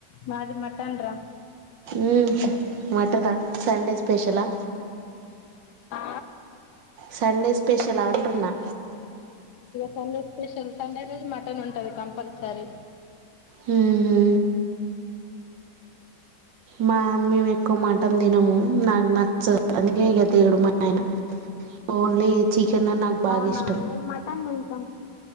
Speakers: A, on the left (about 70°); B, on the right (about 80°).
A: మాది మటన్రా
B: ఉమ్, మటనా సండే స్పెషలా
A: ఆ?
B: సండే స్పెషల్ అంటున్నా
A: సండే స్పెషల్ సండే రోజ మటన్ ఉంటది కంపల్సరి
B: హమ్ మా మేము ఎక్కువ మటన్ తినము నాకు నచ్చదు అందుకే గతే ఏడు మ ఆయన ఓన్లీ చికెన్ అని నాకు బాగా
A: అవునా
B: ఇష్టం
A: మ మటన్ తింతాం